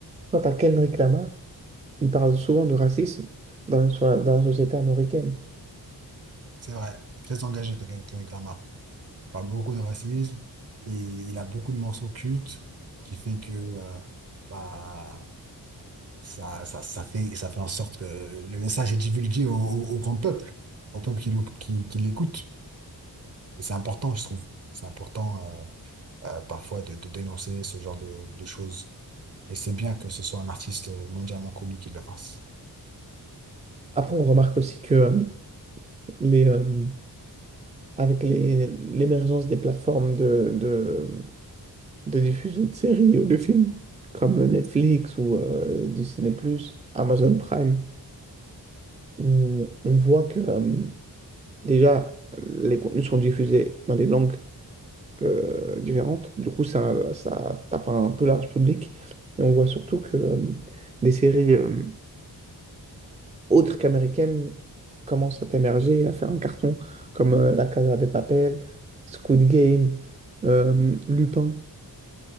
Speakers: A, on the right; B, on the right.
A: quant à Kendrick Lamar, il parle souvent de racisme dans, sur la- dans la société américaine.
B: C'est vrai. Il est Très engagé, Kendrick Kendrick Lamar. Il parle beaucoup de racisme et il a beaucoup de morceaux cultes qui fait que euh, bah, ça, ça, ça fait, ça fait en sorte que le message est divulgué au, au- au grand peuple, au peuple qui, l'ou- qui, qui l'écoute. Et c'est important, je trouve. C'est important euh, euh, parfois de, de dénoncer ce genre de, de choses. Et c'est bien que ce soit un artiste mondialement connu qui le fasse.
A: Après, on remarque aussi que euh, les, euh, avec les- l'émergence des plateformes de, de, de diffusion de séries ou de films, comme Netflix ou euh, Disney+, Amazon Prime, on, on voit que euh, déjà, les contenus sont diffusés dans des langues euh, différentes. Du coup, ça, ça tape un peu large public. Et on voit surtout que euh, des séries... euh, autres qu'américaines commencent à émerger, à faire un carton, comme euh, La Casa de Papel, Squid Game, euh, Lupin.